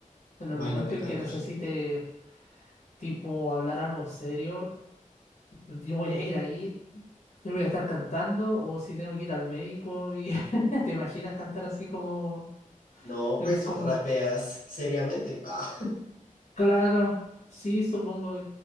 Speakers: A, on the left (about 55°); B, on the left (about 80°).
A: en el
B: Imagínate
A: momento en
B: cantar.
A: que necesite, tipo, hablar algo serio, yo voy a ir ahí, yo voy a estar cantando o si tengo que ir al médico y <laughs> te imaginas cantar así como,
B: No,
A: el,
B: pues
A: como,
B: rapeas seriamente. Ah,
A: claro, sí, supongo